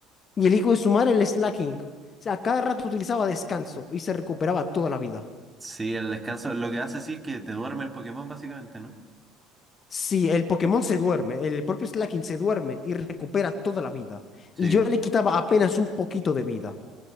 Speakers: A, on the left; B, on the right.
A: Y el hijo de su madre, el slacking. O sea, a cada rato utilizaba descanso y se recuperaba toda la vida.
B: Sí, el descanso, lo que hace sí es que te duerme el Pokémon, básicamente, ¿no?
A: Sí, el Pokémon se duerme, el propio slaking se duerme y recupera toda la vida.
B: Sí,
A: Y yo le quitaba apenas un poquito de vida.